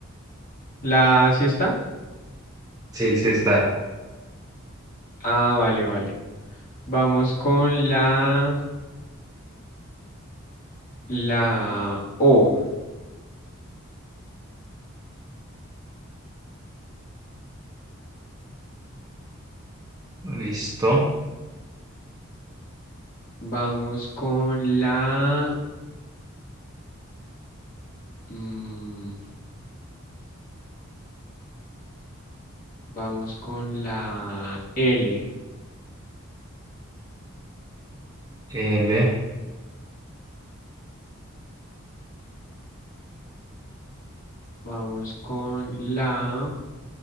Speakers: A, on the left; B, on the right.
A: la siesta.
B: Sí, sí está.
A: Ah, vale, vale. Vamos con la, la O.
B: Listo.
A: Vamos con la, mm, vamos con la L.
B: L.
A: Vamos con la,